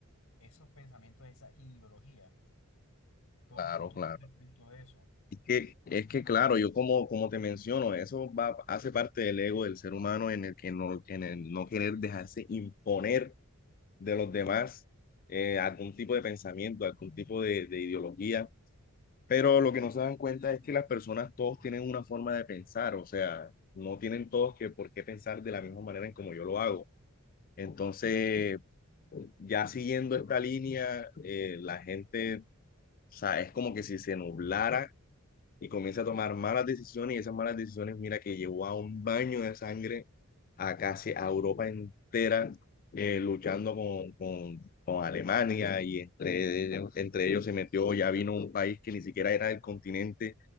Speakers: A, on the left (about 70°); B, on the left (about 40°).
A: esos pensamientos, esa ideología. ¿Qué opinas
B: claro,
A: tú
B: claro.
A: con respecto a eso?
B: Es que, es que claro, yo como, como te menciono, eso va, hace parte del ego del ser humano en el que no, en el no querer dejarse imponer de los demás eh, algún tipo de pensamiento, algún tipo de, de ideología. Pero lo que no se dan cuenta es que las personas todos tienen una forma de pensar, o sea, no tienen todos que por qué pensar de la misma manera en como yo lo hago. Entonces, ya siguiendo esta línea, eh, la gente, o sea, es como que si se nublara y comienza a tomar malas decisiones y esas malas decisiones, mira, que llevó a un baño de sangre a casi a Europa entera eh, luchando con, con, con Alemania y entre, ellos- entre ellos se metió, ya vino un país que ni siquiera era del continente,